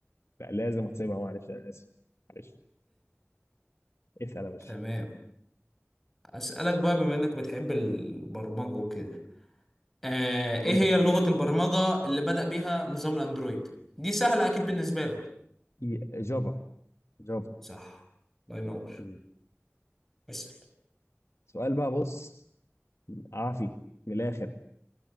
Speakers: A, on the left; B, in the centre.
A: لا لازم احسبها معلش انا اسف معلش اسال يا باشا
B: تمام اسالك بقى بما انك بتحب البرمجه وكده آه ايه
A: اتفضل
B: هي لغه البرمجه اللي بدأ بيها نظام الاندرويد دي سهله اكيد بالنسبه لك
A: إي- جافا جافا
B: صح الله ينور
A: مم.
B: اسال
A: سؤال بقى بص عافي من الاخر